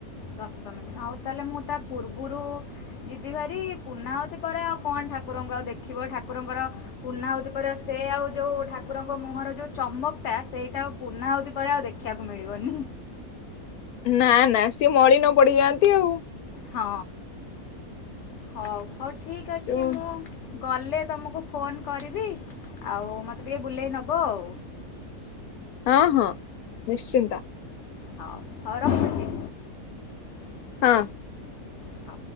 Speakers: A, on the left (about 60°); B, on the left (about 80°).
A: ଦଶମୀ ଦିନ ହଉ ତାହେଲେ ମୁଁ ତା ପୂର୍ବରୁ ଯିବି ଭାରି ପୂର୍ଣ୍ଣା ହଉତି ପରେ ଆଉ କଣ ଠାକୁରଙ୍କୁ ଆଉ ଦେଖିବ ଠାକୁରଙ୍କର ପୂର୍ଣ୍ଣାହୁତି ପରେ ସେ ଆଉ ଯୋଉ ଠାକୁରଙ୍କ ମୁହଁର ଯୋଉ ଚମକ ଟା ସେଇଟା ଆଉ ପୂର୍ଣ୍ଣାହୁତି ପରେ ଆଉ ଦେଖିବାକୁ ମିଳିବନି।
B: ନା ନା ସିଏ ମଳି ନ ପଡିଯାଆନ୍ତି ଆଉ।
A: ହଁ। ହଉ ହଉ ଠିକ ଅଛି
B: ଯୋଉ
A: ମୁଁ ଗଲେ ତମକୁ ଫୋନ୍ କରିବି ଆଉ ମୋତେ ଟିକେ ବୁଲେଇ ନବ ଆଉ।।
B: ହଁ ହଁ ନିଶ୍ଚିନ୍ତ।
A: ହଉ ହଉ ରଖୁଛି।
B: ହଁ।
A: ହଉ